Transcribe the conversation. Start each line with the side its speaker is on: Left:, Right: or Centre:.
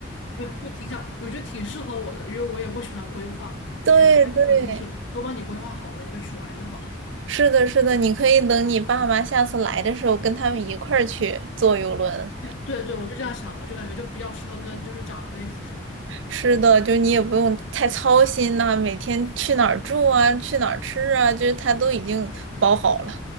Left: 没有就挺想，我觉得挺适合我的，因为我也不喜欢规划，
Right: <laughs> 对对，
Left: 感觉它这种就是都帮你规划好了，你就去玩就好了。
Right: 是的，是的，你可以等你爸妈下次来的时候，跟他们一块儿去坐游轮。
Left: 对对，我就这样想的，就感觉就比较适合跟就是长辈出去玩。
Right: 是的，就你也不用太操心呐、每天去哪儿住啊，去哪儿吃啊，就是他都已经包好了。